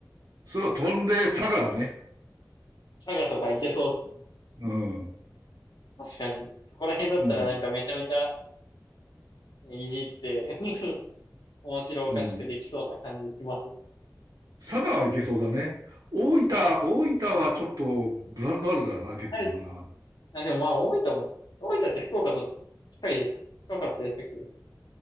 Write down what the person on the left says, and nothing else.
佐賀とかいけそうですね。
確かに。そこら辺だったらなんかめちゃめちゃ
ねいじって <laughs> 面白おかしくできそうな感じしますしね。
もうちょっと離れ
あ、でもまあ、大分も、大分って福岡と近いです。近かったでしたっけ